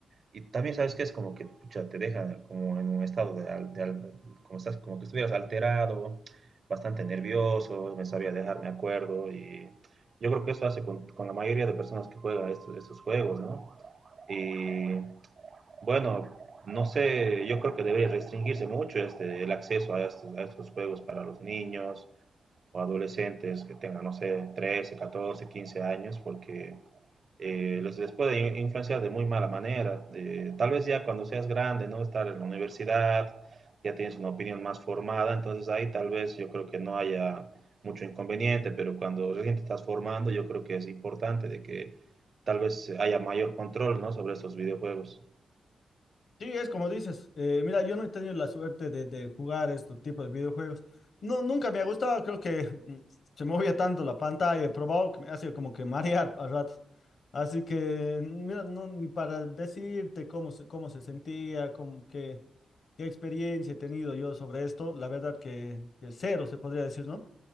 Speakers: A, on the right (about 40°); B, on the left (about 60°).
A: Y también sabes que es como que pucha, te deja como en un estado de, al- de al- como estás, como que estuvieras alterado, bastante nervioso, me sabía dejar, me acuerdo, y yo creo que eso hace con, con la mayoría de personas que juegan estos, estos juegos, ¿no? Y bueno, no sé, yo creo que debería restringirse mucho este, el acceso a estos, a estos juegos para los niños o adolescentes que tengan, no sé, 13 14 15 años, porque eh, les, les, puede influenciar de muy mala manera. Eh, tal vez ya cuando seas grande, ¿no? Estar en la universidad, ya tienes una opinión más formada, entonces ahí tal vez yo creo que no haya mucho inconveniente, pero cuando recién te estás formando, yo creo que es importante de que tal vez haya mayor control, ¿no? Sobre estos videojuegos.
B: Sí, es como dices. eh, mira, yo no he tenido la suerte de, de jugar estos tipos de videojuegos. No, nunca me ha gustado. Creo que mm, se movía tanto la pantalla. He probado que me hacía como que marear a ratos. Así que, mira, no, ni para decirte cómo se, cómo se sentía, cómo, qué, qué experiencia he tenido yo sobre esto. La verdad que, que cero se podría decir, ¿no?